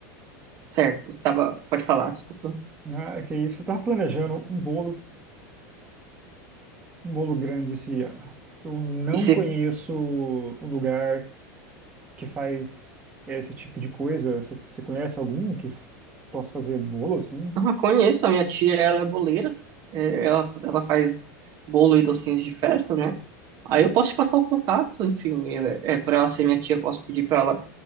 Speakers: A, on the right; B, on the right.
A: certo. Estava, pode falar, desculpa.
B: né, é que é isso, eu tava planejando um bolo Um bolo grande esse ano. Eu não
A: E você
B: conheço um lugar que faz esse tipo de coisa. Você você conhece algum que possa fazer bolo assim?
A: Ah, conheço, a minha tia, ela é boleira, é, ela, ela faz bolo e docinhos de festa, né? Aí eu posso te passar o contato, enfim, é, é para ela ser minha tia, eu posso pedir para ela